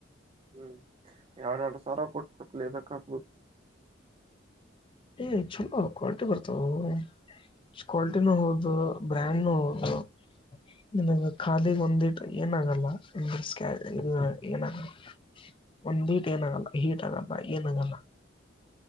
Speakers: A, on the right; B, on the left.
A: ಹ್ಮ್ ಯಾರ ಹಾರ ಸಾರಾ ಕೊಟ್ಟಪ್ಪಲ ರಕ್ಕ
B: ಏ ಚಲ ಕ್ವಾಲ್ಟಿ ಬರ್ತಾವ ಕ್ವಾಲಿಟಿನೂ ಹೌದು ಬ್ರ್ಯಾಂಡ್ನು ಹೌದು ನನ್ ಖಾಲಿಗ್ ಒಂದಿಟ್ಟ ಏನಾಗಲ್ಲ <inaudible> ಏನಾಗಲ್ಲ ಒಂದ್ ಬೀಟ್ ಏನಾಗಲ್ಲ ಹೀಟ್ ಆಗಲ್ಲ ಏನಾಗಲ್ಲ